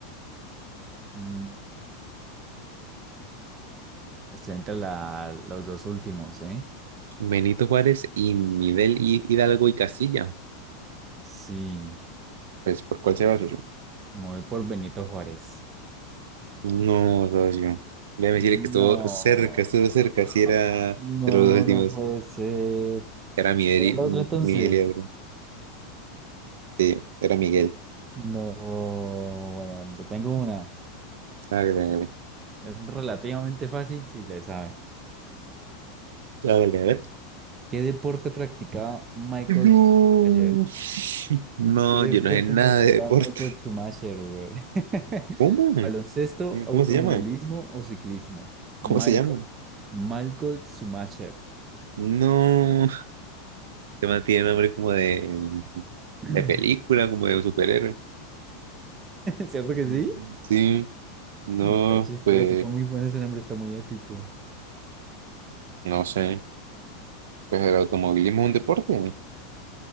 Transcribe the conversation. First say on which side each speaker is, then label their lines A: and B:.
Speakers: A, on the right; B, on the right.
A: mm, estoy entre la, los dos últimos, ¿eh?
B: Benito Juárez y Miguel Hi- Hidalgo y Castilla.
A: Sí,
B: Pues, ¿por cuál se va, socio?
A: me voy por Benito Juárez.
B: No, socio. Déjame
A: No,
B: decirle que estuvo cerca, estuvo cerca.
A: <laughs>
B: Si era
A: no,
B: de los dos últimos.
A: no puede ser. ¿Es
B: Era Miguel,
A: ¿El
B: y-
A: otro entonces?
B: Miguel y algo. Sí, era Miguel.
A: No, bueno, te tengo una.
B: Hágale, hágale.
A: Es relativamente fácil si le saben.
B: Hágale, a ver.
A: ¿Qué deporte practicaba Michael
B: No.
A: Schumacher?
B: No,
A: ¿Qué deporte
B: yo no sé nada
A: practicaba
B: de deporte.
A: Michael Schumacher, güey? <laughs>
B: ¿Cómo?
A: ¿Baloncesto, automovilismo
B: ¿Cómo se llama?
A: o ciclismo? Michael,
B: ¿Cómo se llama?
A: Michael Schumacher.
B: No. Se mantiene nombre como de,
A: <clears throat>
B: de película, como de superhéroe.
A: ¿Cierto que
B: Mm,
A: sí?
B: Sí. No,
A: Está chistoso,
B: pues,
A: está muy bueno ese nombre, está muy épico.
B: no sé. Pues el automovilismo es un deporte. ¿no?